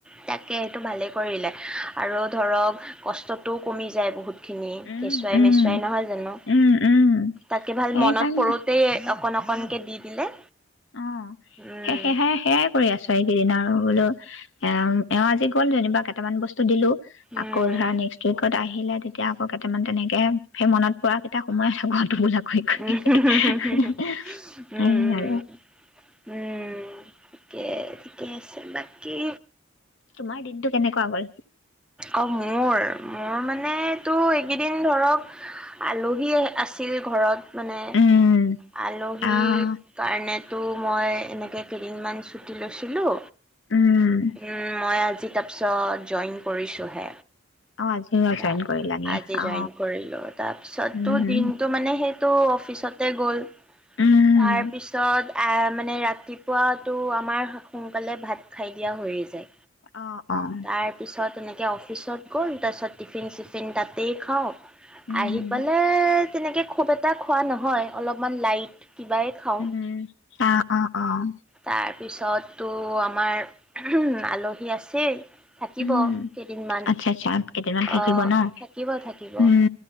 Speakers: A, in the centre; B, on the left (about 65°).
A: তাকে এইটো ভালে কৰিলে আৰু ধৰক কষ্ট ও কমি যায় বহুত। কেঁচুৱাই,
B: উম উম
A: মেচুৱাই নহয় জানো
B: উম উম
A: তাকে ভাল
B: সেইকাৰণে
A: মনত পৰোঁতেই অকণ অকণকে দি দিলে
B: অঁ
A: উম
B: সেই সেহাই সেয়াই কৰি আছোঁ চাৰি কেইদিন আৰু বোলোঁ এ এওঁ আজি গ'ল যেনিবা কেইটামান বস্তু দিলোঁ
A: উম
B: আকৌ ধৰা নেক্স উইকত আহ আহিলে তেতিয়া আকৌ কেইটামান তেনেকৈ সেই মনত পৰা কেইটা সোমোই সোমাই আছে ধুলাকৈ কণি
A: উম উম
B: আই আইও
A: উম কেৰ ঠিকে আছে বাকী
B: তোমাৰ দিনটো কেনেকুৱা গ'ল
A: অঁ মোৰ মোৰ মান টো এইকেইদিন ধৰক আলহী আছিল ঘৰত। মানে
B: উম
A: আলহীৰ
B: আহ
A: কাৰণে তো মই এনেকৈ কেইদিনমান ছুটি লৈছিলোঁ।
B: উম
A: উম মই আজি তিতাপ চ জইন কৰিছোঁহে।
B: অ আজি
A: তাৰ
B: জইন কৰিলাগে
A: আজি
B: অ
A: জইন কৰিলো তাৰ পিছততো
B: উম
A: দিনটো মানে সেই ত' অফিচতে গ'ল
B: উম
A: তাৰ পিছত মানে ৰাতিপুৱাতো আমাৰ সোনকালে ভাত খাই দিয়া হৈয়ে যায়
B: অ', অ',
A: তাৰ পিছত এনেকে অফিচত গ'ল তাৰপিছত টিফিন চিফিন তাতেই খাওঁ
B: উম,
A: আহি পেলাই তেনেকে খুব এটা খোৱা নহয় অলপমান লাইট কিবাই খাওঁ
B: উম, অ', অ', অ',
A: তাৰ পিছত ত' আমাৰ আলহী আছেই থাকিব
B: উম,
A: কেইদিনমান
B: আচ্ছা, আচ্ছা, কেইদিনমান থাকিব
A: অ
B: ন?
A: থাকিব থাকিব
B: উম,